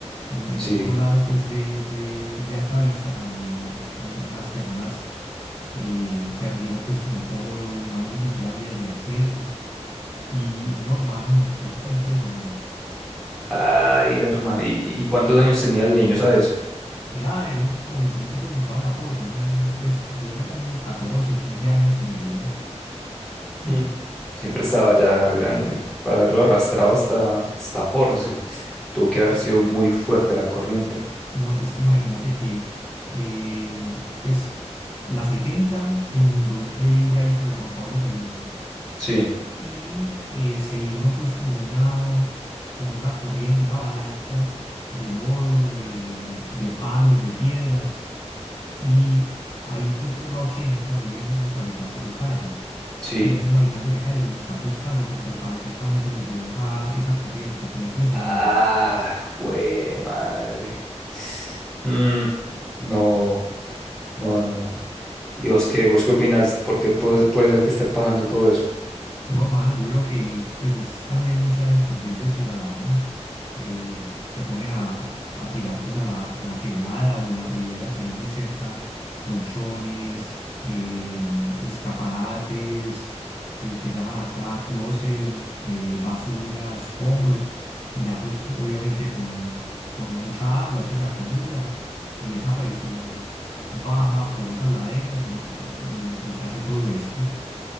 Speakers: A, on the left; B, in the centre.
A: En, lo- en
B: Sí.
A: el otro lado pues de, de, de Altavista también una- unas personas eh, perdieron pues como todo, no hay ni siquiera vías de acceso. Y, y no, hermano, eso está impresionante.
B: Ay, hermano, ¿y, y cuántos años tenía el niño, sabes?
A: Era, era un jovencito, pues mostrado en la foto, era un, pues yo le pongo catorce quince años tendría.
B: Mm, Siempre estaba ya grande. Para haberlo arrastrado hasta, hasta Porce, tuvo que haber sido muy fuerte la corriente.
A: No, es que imagínate que, eh, pues la 70 se inundó increíble ahí por el Juan Pablo segundo
B: Sí,
A: y eh, se vino pues como una, como una corriente, una avalancha de lodo, de, de palos, de piedras y ahí pues por la 80 viven unos habitantes de calle
B: sí.
A: Y esos habitantes de calle los están buscando porque al parecer también se los llevó esa, esa corriente. Fue impresionante.
B: Ah, güey, madre. Mm, no, no, no, no. ¿Y vos qué, vos qué opinas? ¿Por qué puede, puede ser que esté pasando todo eso?
A: No, hermano, yo creo que pues es también mucha inconsciencia ciudadana. eh, se ponen a, a tirar pues a la, a la quebrada o en las riberas ahí muy cerca colchones, eh, escaparates que, que llaman acá closet, eh, basura, escombros y ya pues obviamente con, con mucha agua eso se acumula y esa presión baja por esas laderas y, y y se hace todo esto.